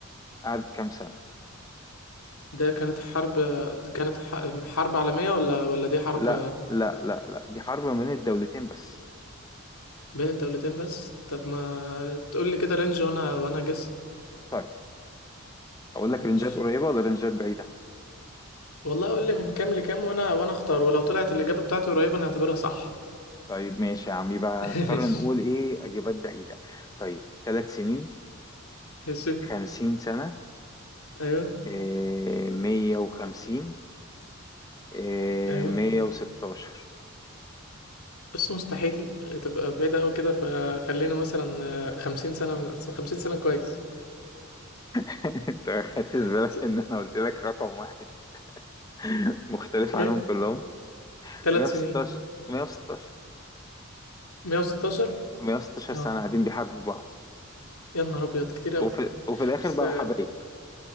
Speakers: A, on the left (about 15°); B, on the left (about 85°).
A: قعدت كام سنة؟
B: ده كانت حرب كانت ح- حرب عالمية ولا ولا دي حرب
A: لا لا لا لا دي حرب ما بين الدولتين بس
B: بين الدولتين بس طب ما تقول لي كده رينج وانا وانا جس
A: طيب أقول لك
B: مش
A: رنجات قريبة ولا رنجات بعيدة؟
B: والله قول لي من كام لكام وانا وانا اختار ولو طلعت الإجابة بتاعتي قريبة انا هعتبرها صح
A: طيب ماشي يا عم يبقى
B: <laughs>
A: هنضطر
B: مش
A: نقول إيه أجابات بعيدة طيب ثلاث سنين
B: ماشي
A: خمسين سنة
B: ايوه
A: إيه، مية وخمسين إيه،
B: ايوه
A: مية وستاشر
B: بس مستحيل تبقى بعيدة أوي كده فخلينا مثلا خمسين سنة خمسين سنة كويس
A: <laughs> أنت ما خدتش بالك
B: <laughs>
A: إن أنا قلت لك رقم واحد <laughs> مختلف
B: ايه
A: عنهم كلهم
B: تلات
A: 116
B: سنين
A: 116
B: مية وستاشر
A: 116
B: اه
A: سنة قاعدين بيحاربوا بعض
B: يا نهار أبيض كتير أوي
A: وفي, وفي الاخر
B: بس
A: بقوا حبايب